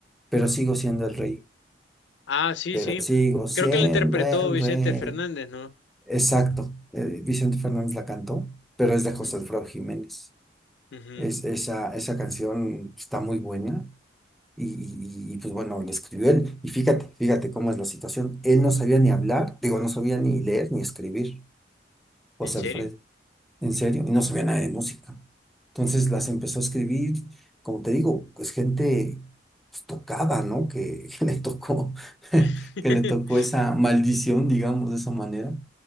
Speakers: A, in the centre; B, on the left.
A: Pero sigo siendo el rey,
B: Ah, sí,
A: pero
B: sí.
A: sigo siendo
B: Creo que lo interpretó
A: el
B: Vicente
A: rey.
B: Fernández, ¿no?
A: Exacto, eh, Vicente Fernández la cantó, pero es de
B: Ujú,
A: José Alfredo Jiménez.
B: ujú.
A: Es, esa, esa canción está muy buena y, y- y, pues bueno, la escribió él. Y fíjate, fíjate cómo es la situación. Él no sabía ni hablar, digo, no sabía ni leer ni escribir,
B: ¿En
A: José
B: serio?
A: Alfredo. en serio, y no sabía nada de música. Entonces las empezó a escribir, como te digo, pues gente pues, tocada, ¿no? Que, <laughs> que le tocó, <laughs>
B: <laughs>
A: que le tocó esa maldición, digamos, de esa manera.